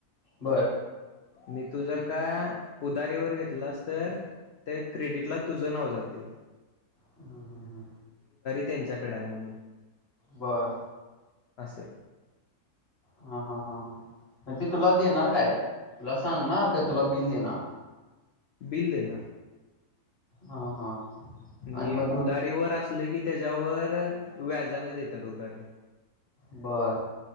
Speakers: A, on the left; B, on the left.
A: बर
B: मी तू जर का उदारीवर घेतलास तर त्या क्रेडिट ला तुझं नाव जातंय.
A: हम्म हम्म हम्म
B: त्यांच्याकडं आहे म्हणून.
A: बर
B: असं
A: हा हा हा हा मग ते तुला देणार काय, तुला सांगणार काय तुला बिल देणार?
B: बिल देणार.
A: हा हा
B: आणि
A: मग तू
B: उधारीवर असलं की त्याच्यावर व्याजानं देतात उधारी.
A: बर